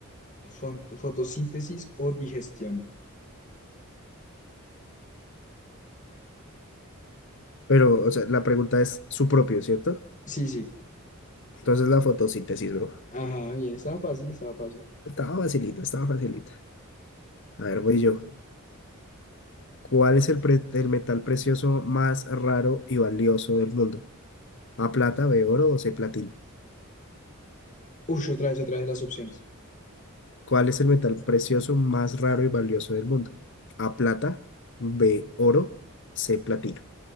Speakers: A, on the left; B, on the left.
A: fon- fotosíntesis o digestión.
B: Pero, o sea, la pregunta es su propio, ¿cierto?
A: Sí, sí.
B: Entonces la fotosíntesis, bro.
A: Ajá, bien, estaba fácil, estaba fácil.
B: Estaba facilita, estaba facilita. A ver, voy yo. ¿Cuál es el, pre- el metal precioso más raro y valioso del mundo? ¿A plata, B oro o C platino?
A: Ush, otra vez, otra vez las opciones.
B: ¿Cuál es el metal precioso más raro y valioso del mundo? ¿A plata, B oro, C platino?